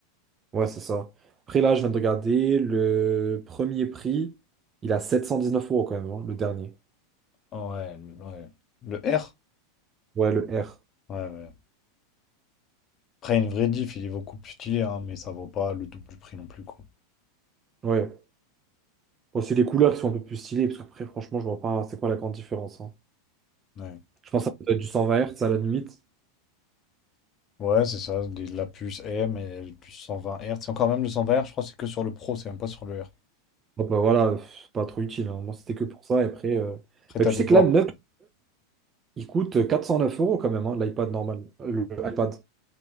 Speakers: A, on the right; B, on the left.
A: Ouais, c'est ça. Après, là, je viens de regarder le premier prix, il a 719 euros quand même, hein, le dernier.
B: Ah Ouais, ouais. Le R?
A: Ouais, le R.
B: Ouais, ouais. Après, une vraie diff, il est beaucoup plus stylé, hein, mais ça vaut pas le double du prix non plus, quoi.
A: Ouais. Bon, c'est les couleurs qui sont un peu plus stylées, parce qu'après, franchement, je vois pas c'est quoi la grande différence. hein.
B: Ouais.
A: Je pense que ça peut être du 120 Hz à la limite.
B: Ouais, c'est ça, des, la puce M et la puce 120 Hz. C'est encore même le 120 Hz, je crois, que c'est que sur le Pro, c'est même pas sur le R.
A: Bon, bah, voilà, pff, pas trop utile. hein. Moi, c'était que pour ça. Et après, euh,
B: Après,
A: bah,
B: t'as
A: tu
B: des
A: sais
B: bords.
A: que là, 9, il coûte 409 euros quand même, hein, l'iPad normal. Le iPad.